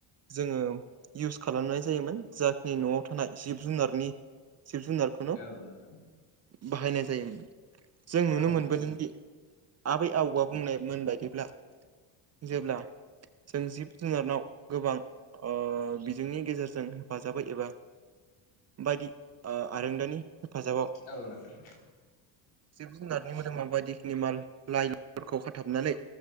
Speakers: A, on the right; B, on the left.
A: जोङो इउस खालामनाय जायोमोन। जाखिनि न'आव थानाय जिब जुनारनि जिब जुनारख
B: औ नोंथां।
A: बाहायनाय जायोमोन। जों
B: औ
A: नुनो मोनबोदोंदि
B: नोंथां
A: आबै आबौआ बुंनायमोन बायदिब्ला जोब्ला जों जिब जुनारनाव गोबां ओ बिजोंनि गेजेरजों हेफाजाबै एबा बायदि ओ आरोंदानि हेफाजाबाव
B: औ नोंथां
A: जिब जुनारनि मोदोमाव बायदिखिनि माल लाइ लथरखौ खाथाबनानै